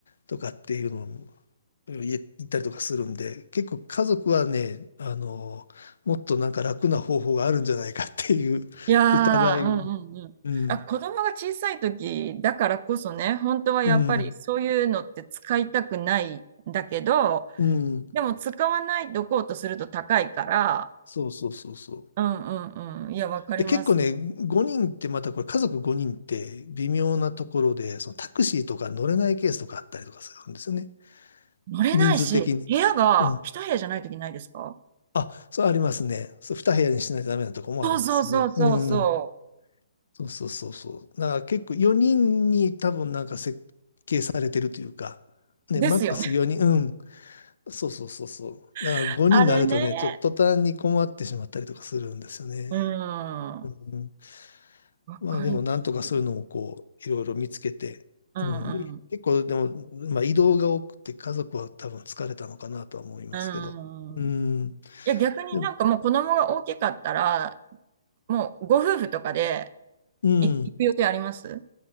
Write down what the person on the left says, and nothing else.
とかっていうのをい行ったりとかするんで、結構家族はね、あの、もっとなんか楽な方法があるんじゃないかっていう疑いを。
うん
うん、うん、
そうそうそうそう。
で、結構ね、5人ってまたこれ家族5人って微妙なところで、そのタクシーとか乗れないケースとかあったりとかするんですよね。
人数的に。
うん。あ、そうありますね。そう、2部屋にしないとダメなとこもありますね。
うんうん。そうそうそうそう。だから結構4人に多分なんか設計されてるというか、ね、
マックス4人、うん。そうそうそうそう。だから5人になるとね、
ちょっと途端に困ってしまったりとかするんですよね。
うんまあでもなんとかそういうのをこういろいろ見つけて、
うん、結構でも、まあ、移動が多くて家族は多分疲れたのかなとは思いますけど、
うん、
でも、
うん、